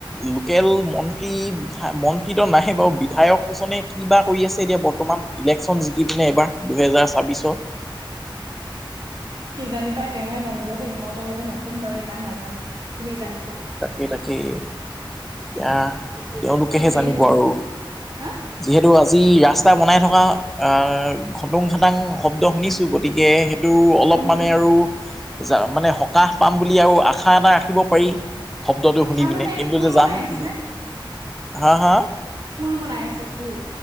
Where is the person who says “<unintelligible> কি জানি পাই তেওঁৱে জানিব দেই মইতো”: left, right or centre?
Right